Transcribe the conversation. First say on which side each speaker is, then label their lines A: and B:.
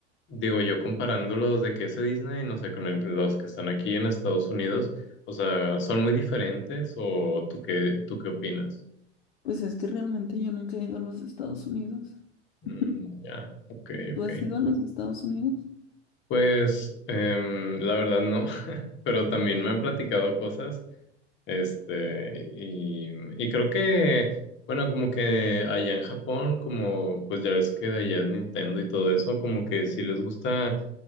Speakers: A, on the left; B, on the left.
A: digo yo comparándolos de que ese Disney, no sé, con el- los que están aquí en Estados Unidos, o sea, ¿son muy diferentes o tú qué, tú qué opinas?
B: Pues es que realmente yo nunca he ido a los Estados Unidos.
A: Mm,
B: <laughs>
A: ya, ok,
B: ¿Tú
A: ok.
B: has ido a los Estados Unidos?
A: Pues em, la verdad no, <laughs> pero también me han platicado cosas. Este, y, y creo que, bueno, como que allá en Japón, como pues ya ves que de allá es Nintendo y todo eso, como que sí les gusta,